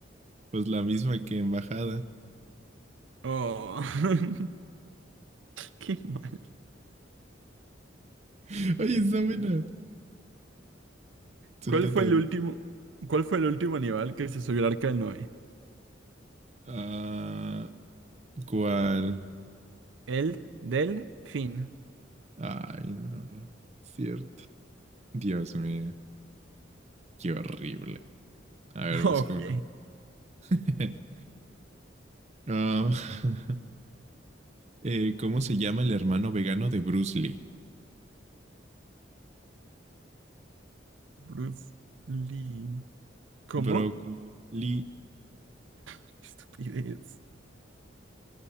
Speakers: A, on the right (about 35°); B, on the right (about 85°).
A: Pues la misma que en bajada.
B: Oh, <laughs> qué mal.
A: <laughs> Oye, está buena. Suéltate.
B: ¿Cuál fue el
A: una.
B: último, cuál fue el último animal que se subió al arca del Noé?
A: Ah, ¿cuál?
B: El delfín.
A: Ay, no. Cierto. Dios mío, qué horrible. A ver,
B: <laughs>
A: busco
B: Ok,
A: una. <laughs> Ah, <laughs> eh, ¿cómo se llama el hermano vegano de Bruce Lee?
B: Bruce Lee. ¿Cómo?
A: Broccoli.
B: Qué Estupidez.